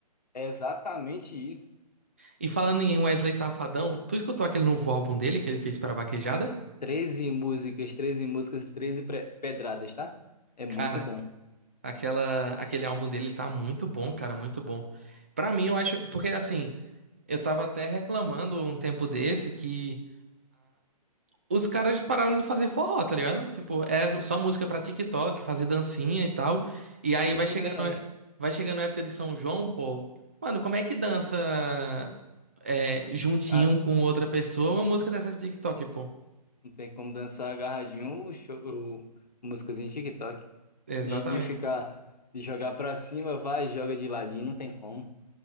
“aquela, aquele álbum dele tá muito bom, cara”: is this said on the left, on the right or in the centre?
Right